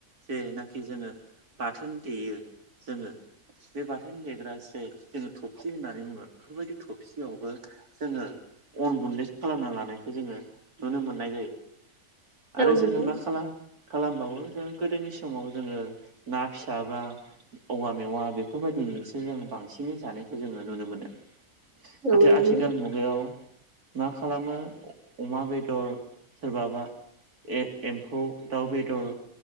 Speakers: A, on the right (about 80°); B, on the right (about 55°).
A: जेनाखि जोङो बाथोन देयो जोङो बे बाथाय देग्रा जे जोङो थफसि होननानै बुङो बेफोरबायदि थबसियावबो जोङो अन गुन्दै खालामना लानायखौ जोङो नुनो मोननाय जायो
B: नोंथां
A: आरो जोङो मा खालाम खालामबावो जों गोदोनि समाव जोङो ना फिसाबा औवा मेवा बेफोरबायदिजोंसो जों बांसिनै जानायखौ जोङो नुनो मोनो नाथाय
B: औ नोंथां
A: आथिखाल मुगायाव मा खालामो अमा बेदर सोरबाबा ए एम्फौ दाउ बेदर